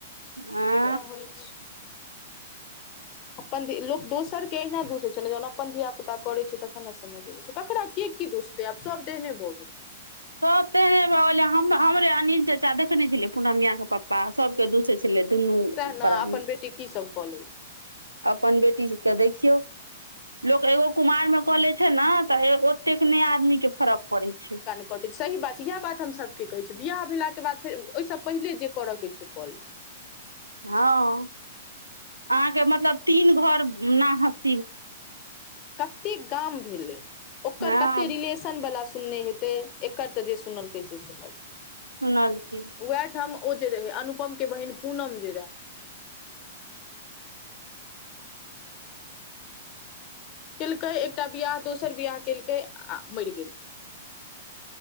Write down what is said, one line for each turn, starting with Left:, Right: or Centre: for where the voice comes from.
Right: हा
Left: उए होइ छै। अपन लोक दोसरके अहिना दोष दैत छै ने, जहन अपन धिया पुता करै छै तखन ने बुझाइत छै ओकरा के की दोष देब। तऽ आब सभ देहने भोगे।
Right: सभ तऽ हे भऽ हमरे अनिल चाचा देखे नहि छलियै, पूनम मियाके पप्पा सभके दूसै। छलै दुनू
Left: सएह ने
Right: प्राणी।
Left: अपन बेटी की सभ कऽ लेलकै
Right: अपन बेटी सभके देखियौ, लोक एगो कुमारिमे कऽ लै छै ने तऽ ओ एतेक नहि, आदमीके फरक पड़ै छै।
Left: कटैत छै, सही बात छै। इएह बात हमसभके कहैत छी, बिआह भेलाके बाद फेर ओहिसँ पहिले जे करऽके छै, कॉल
Right: हँ, अहाँके मतलब तीन घर ने?
Left: कतेक गाम भेल ओकर?
Right: हँ
Left: कतेक? नऽ, बला सुनने हेतै एकर तऽ जे सुनलकै से सुनलकै।
Right: सुनलखिन।
Left: वएह ठाम ओ जे रहै, अनुपमके बहिन पूनम जे रहै। केलकै एकटा बियाह, दोसर बियाह केलकै आ मरि गेल।